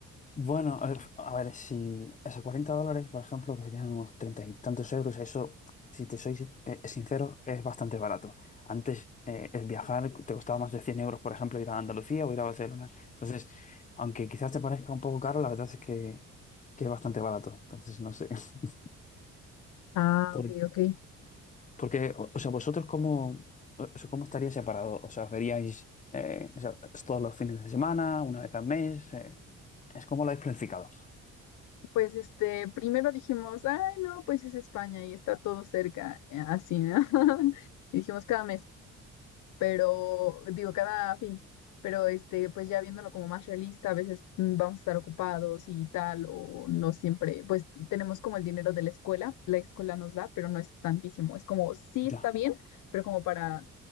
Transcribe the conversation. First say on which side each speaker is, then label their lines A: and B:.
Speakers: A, on the left; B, on the left.
A: Bueno, a ver, a ver, si esos 40 dólares, por ejemplo, que serían unos treinta y tantos euros, eso, si te soy si- eh, sincero, es bastante barato. Antes, eh, el viajar te costaba más de 100 euros, por ejemplo, ir a Andalucía o ir a Barcelona. Entonces, aunque quizás te parezca un poco caro, la verdad es que, que es bastante barato. Entonces, no sé. <laughs>
B: Ah,
A: Por-
B: ok, ok.
A: porque, o, o sea, vosotros, ¿cómo, o sea, cómo estaría separado? O sea, ¿os ¿veríais eh, o sea, todos los fines de semana, una vez al mes? Eh, ¿es como lo habéis planificado?
B: Pues este, primero dijimos, ay, no, pues es España y está todo cerca, eh, así, ¿no? <laughs> Y dijimos cada mes, pero digo, cada fin, pero este, pues ya viéndolo como más realista, a veces mm, vamos a estar ocupados y tal, o no siempre, pues tenemos como el dinero de la escuela, la escuela nos da, pero no es tantísimo, es como, sí
A: Ya.
B: está bien, pero como para